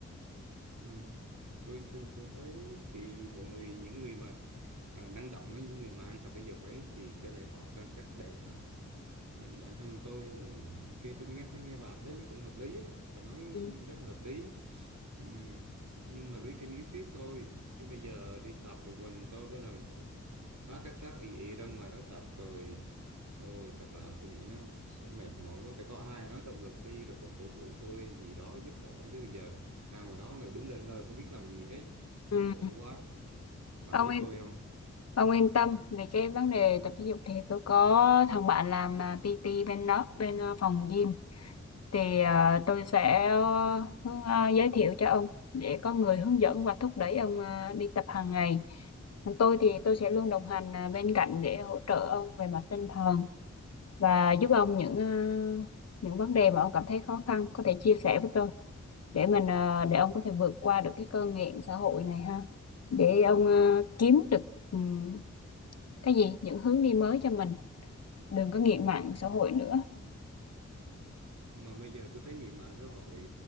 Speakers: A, on the right; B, on the left.
A: ừ. tôi, tôi tôi thấy thì mọi người những người mà à, năng động ấy những người mà hay tập thể dục ấy thì cơ thể họ săn chắc đẹp thật nhưng bản thân tôi thì ok tôi nghe thấy nghe bà thấy nó cũng hợp lý ấy. bà nói
B: Ừ.
A: rất là hợp lý Ừm, nhưng mà hợp lý trên lý thuyết thôi chứ bây giờ đi tập một mình tôi với rồi vác cái xác ì ì ra ngoài đó tập rồi ôi thật là tôi nghĩ nó sẽ mệt mỏi quá phải có ai nói động lực đi rồi còn cổ vũ tôi gì đó giúp đỡ chứ bây giờ ra ngoài đó rồi đứng lên ngơ không biết làm gì hết
B: ừ.
A: khổ quá bà
B: ông
A: có giúp
B: yên
A: tôi không
B: ông yên tâm về cái vấn đề tập thể dục thì tôi có thằng bạn làm à, PT bên đó bên à, phòng gym thì ờ, tôi sẽ ờ, hướng- ờ, giới thiệu cho ông để có người hướng dẫn và thúc đẩy ông ờ, đi tập hàng ngày. Còn tôi thì tôi sẽ luôn đồng hành ờ, bên cạnh để hỗ trợ ông về mặt tinh thần và giúp ông những ờ, những vấn đề mà ông cảm thấy khó khăn có thể chia sẻ với tôi để mình ờ, để ông có thể vượt qua được cái cơn nghiện xã hội này ha. Để ông ờ, kiếm được ừm, cái gì những hướng đi mới cho mình, đừng có nghiện mạng xã hội nữa.
A: mà bây giờ tôi thấy nghiện mạng xã hội